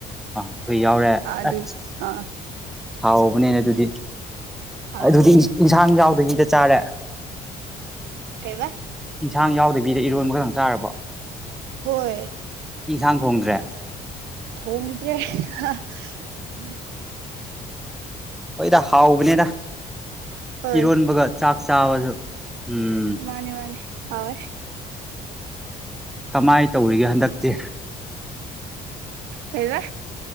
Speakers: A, in the centre; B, on the right.
A: ꯑꯩꯣꯏ ꯌꯥꯎꯔꯦ
B: ꯑꯗꯨ
A: ꯑꯁ
B: ꯑꯥ
A: ꯍꯥꯎꯕꯅꯦꯅ ꯑꯗꯨꯗꯤ
B: ꯍꯥꯎꯕꯅꯦ
A: ꯑꯗꯨꯗꯤ ꯏꯟꯁꯥꯡ ꯌꯥꯎꯗꯕꯤꯗ ꯆꯔ
B: ꯀꯩ ꯋꯥ
A: ꯏꯟꯁꯥꯡ ꯌꯥꯎꯗꯕꯤꯗ ꯏꯔꯣꯟꯕ ꯈꯛꯇꯪ ꯆꯥꯔꯕ
B: ꯍꯣꯏ
A: ꯌꯦꯟꯁꯥꯡ ꯊꯣꯡꯗ꯭ꯔꯦ
B: ꯊꯣꯡꯉꯗ꯭ꯔꯦ
A: ꯍꯣꯏꯗ ꯍꯥꯎꯕꯅꯤꯅ
B: ꯍꯣꯏ
A: ꯏꯔꯣꯟꯕꯒ ꯆꯥꯛ ꯆꯥꯕꯁꯨ ꯎꯝ
B: ꯃꯥꯅꯦ ꯃꯥꯅꯦ ꯍꯋꯦ
A: ꯀꯃꯥꯏꯅ ꯇꯧꯔꯤꯒꯦ ꯍꯟꯗꯛꯇꯤ
B: ꯀꯩꯕ